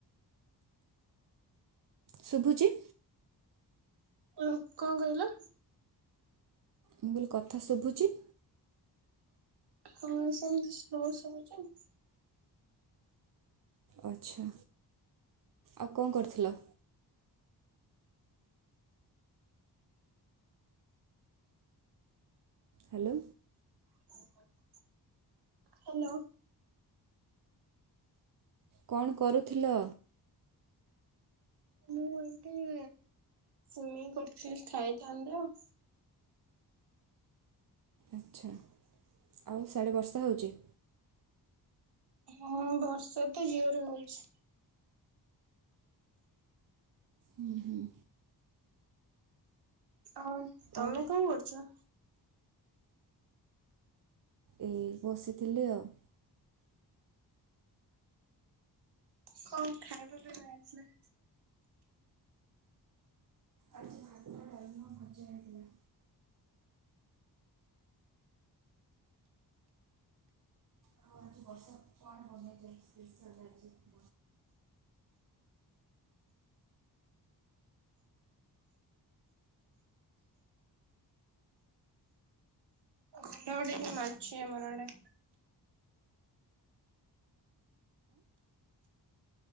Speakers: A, on the right (about 50°); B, on the right (about 70°).
A: ଶୁଭୁଚି?
B: କଣ୍ କହିଲ?
A: ମୁଁ କହିଲି କଥା ଶୁଭୁଚି?
B: ହଁ ସେମିତି ସ୍ଲୋ ଶୁବୁଚି।
A: ଆଚ୍ଛା ଆଉ କଣ କରୁଥିଲ? ହାଲୋ।
B: <inaudible> ହାଲୋ।
A: କଣ କରୁଥିଲ?
B: ମୁଁ ଏଇଠି <unintelligible> କରୁଥିଲି ଖାଇଥାନ୍ତି ଆଉ।
A: ଆଚ୍ଛା ଆଉ ସିଆଡ଼େ ବର୍ଷା ହଉଚି?
B: ହଁ ବର୍ଷାତ ଜୋରେ ହଉଛି।
A: ହୁଁ ହୁଁ।
B: ହଁ ତମେ
A: ଆଉ
B: କଣ କରୁଚ?
A: ଏଇ ବସିଥିଲି ଆଉ।
B: କଣ ଖାଇବା ପାଇଁବା ହେଇଥିଲା?
A: ଆଜି ଭାତ, ଡ଼ାଲମା, ଭଜା ହେଇଥିଲା। <unintelligible> ବର୍ଷା <unintelligible>
B: ଏଟା ଗୋଟେ କି ମାଛି ଆମର ଆଡ଼େ।